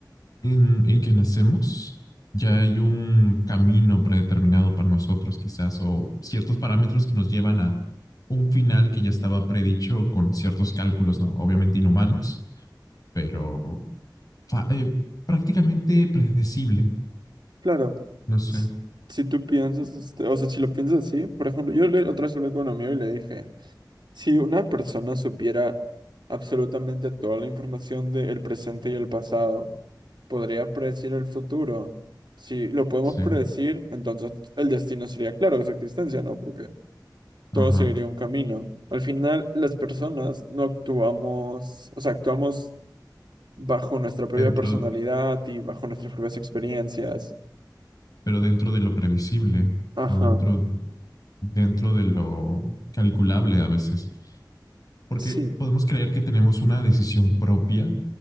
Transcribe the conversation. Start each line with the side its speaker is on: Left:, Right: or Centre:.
Left: en, en que nacemos, ya hay un camino predeterminado para nosotros, quizás, o ciertos parámetros que nos llevan a un final que ya estaba predicho con ciertos cálculos, ¿no? Obviamente inhumanos, pero fa- eh, prácticamente predecible,
Right: Claro,
Left: no sé,
Right: s- si, tú piensas, este, o sea, si lo piensas así, por ejemplo, yo le- otra vez hablé con un amigo y le dije. Si una persona supiera absolutamente toda la información del presente y el pasado, podría predecir el futuro. Si lo podemos
Left: sí,
Right: predecir, entonces el destino sería claro de su existencia, ¿no? Porque todo
Left: ajá,
Right: seguiría un camino. Al final, las personas no actuamos, o sea, actuamos bajo nuestra propia
Left: dentro,
Right: personalidad y bajo nuestras propias experiencias.
Left: pero dentro de lo previsible
Right: Ajá,
Left: o dentro, dentro de lo calculable a veces. Porque
Right: sí,
Left: podemos creer que tenemos una decisión propia,